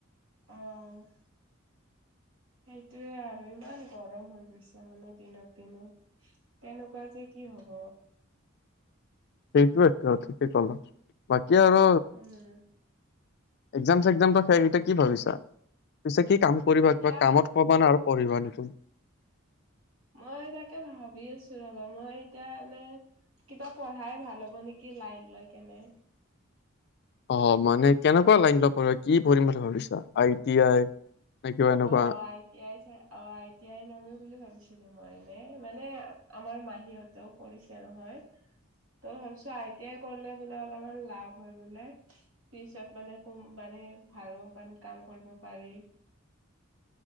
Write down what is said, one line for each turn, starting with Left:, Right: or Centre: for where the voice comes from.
Right: অ'। সেইটোৱে আৰু ইমান গৰম হৈ গৈছে মানে দিনক দিনে। তেনেকুৱা শোক যে কি হব।
Left: সেইটোৱেত ঠিকেই কলা বাকী আৰু
Right: উম
Left: একজাম চকজাম শেষ এতিয়া কি ভাবিছা পিছে কি কাম কৰিবা
Right: এতিয়া
Left: কিবা কামত পবা না আৰু পঢ়িবা নতুন
Right: মই তাকে ভাবি আছো ৰবা মই এতিয়া এনে কিবা পঢ়াই ভাল হ'ব নেকি লাইন লৈ কেনে
Left: অ মানে কেনেকুৱা লাইন লয় পঢ়ি কি পঢ়িম বুলি ভাবিছা আই টি আই নে কিবা এনেকুৱা?
Right: অ আই টি আই চাই অ আই টি আই লমেই বুলি ভাবিছো ছিলো মই এনে মানে আমাৰ মাহীহঁতেও পঢ়িছে নহয় ত ভাবিছোঁ আই টি আই কৰিলে বোলে অলপমান লাভ হয় বোলে পিছত মানে কোম্পানী ভাল কোম্পানীত কাম কৰিব পাৰি